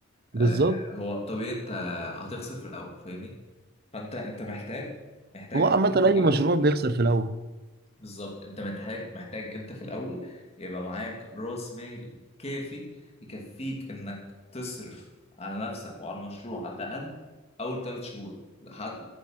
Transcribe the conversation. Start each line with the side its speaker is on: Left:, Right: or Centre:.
Right: بالظبط
Left: آه، هو طبيعي انت هتخسر في الاول فاهمني فانت انت محتاج محتاج
Right: هو عامة
Left: <laughs> في
Right: أي
Left: الاول
Right: مشروع بيخسر في الأول
Left: بالظبط انت محتاج محتاج انت في الاول يبقى معاك راس مال كافي يكفيك انك تصرف على نفسك وعلى المشروع على الاقل اول ثلاث شهور لحد